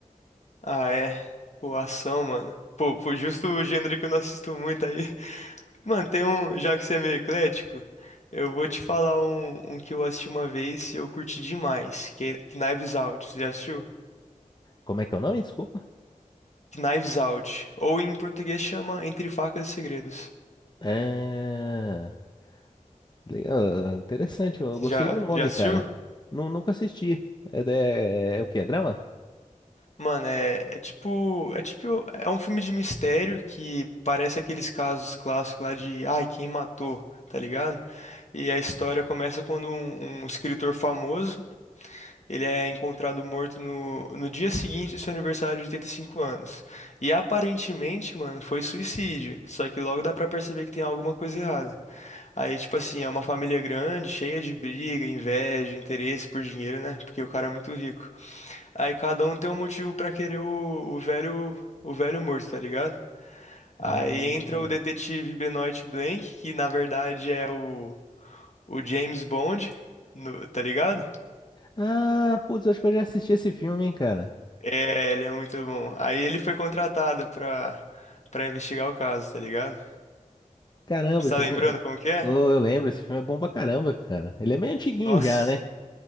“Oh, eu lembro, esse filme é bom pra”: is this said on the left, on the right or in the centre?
Left